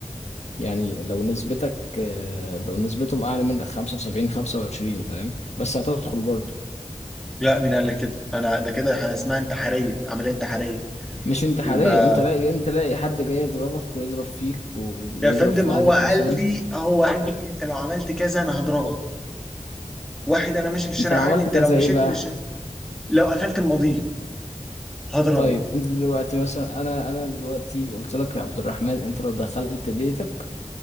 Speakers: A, on the left; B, in the centre.
A: يعني لو نسبتك آه، لو نسبتهم اعلى منك 75 25 فاهم بس هتدخل برضه
B: لا مين قال لك كده انا ده كده اسمها انتحاريه عمليه انتحاريه
A: مش انتحارية
B: يبقى
A: انت لاقي انت لاقي حد جاي يضربك ويضرب فيك و-
B: يا
A: ويضرب
B: فندم
A: في
B: هو
A: اهلك
B: قال
A: مثلا
B: لي هو قال لي انت لو عملت كذا انا هضربك واحد انا ماشي في الشارع
A: انت لو عملت
B: قال لي انت
A: كذا
B: لو مشيت
A: ايه بقى
B: مش لو قفلت المضيق هضربك
A: طيب انت دلوقتي مثلا انا انا دلوقتي قلت لك يا عبد الرحمن انت لو دخلت بيتك